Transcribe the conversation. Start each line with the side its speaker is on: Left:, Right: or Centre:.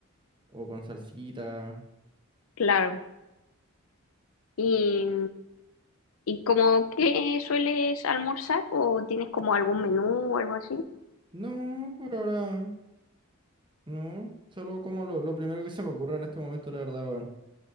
Right: o con salsita.
Left: claro. Y, y como que sueles almorzar o tienes como algún menú o algo así.
Right: No, por ahora. No, solo como lo, lo primero que se me ocurra en este momento, la verdad, weón.